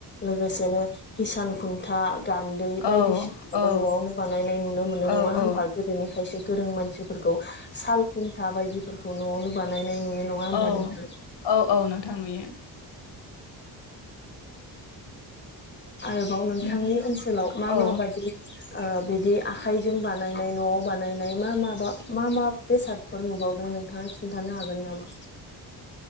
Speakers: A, on the left; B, on the left.
A: लोगोसेनो हिसान खुन्था गान्दै बायदिसिनाखौबो
B: औ औ
A: न'आवनो बानायनाय नुनो मोनो
B: औ
A: नङा होमबा
B: औ
A: गोदोनिखायसो गोरों मानसिफोर खौ साल खुन्था बायदिफोरखौ न'आवनो बानायनाय नुयो नङा होमबा
B: औ
A: नोंथां।
B: औ औ नोंथां नुयो
A: आरोबाव नोंथांनि
B: नों
A: ओनसोलाव मा
B: औ
A: मा बादि ओ बिदि आखाइजों बानायनाय न'आव बानायनाय मा माबा मा मा बेसादफोर नुबावदों? नोंथाङा खिनथानो हागोन नामा?